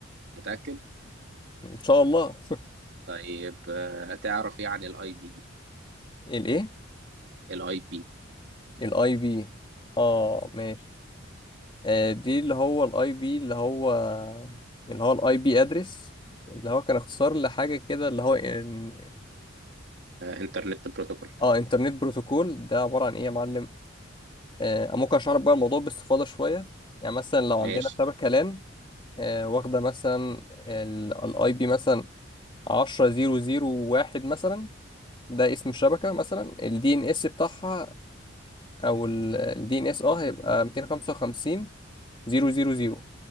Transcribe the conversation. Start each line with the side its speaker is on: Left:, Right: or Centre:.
Right: متأكد؟
Left: ان شاء الله
Right: طيب آه، تعرف ايه عن الاي بي؟
Left: الايه
Right: الاي بي
Left: الاي بي اه ماشي آه دي اللي هو الاي بي اللي هو اللي هو الاي بي ادرس اللي هو كان اختصار لحاجه كده اللي هو إن...
Right: انترنت بروتوكول
Left: اه انترنت بروتوكول ده عباره عن ايه يا معلم آه ممكن اشرح لك بقى الموضوع باستفاضه شويه يعني مثلا لو
Right: ماشي
Left: عندنا شبكه لان آه واخده مثلا الاي بي مثلا 10 0 0 1 مثلا ده اسم الشبكه مثلا الدي ان اس بتاعها او الدي ان اس اه هيبقى 255 000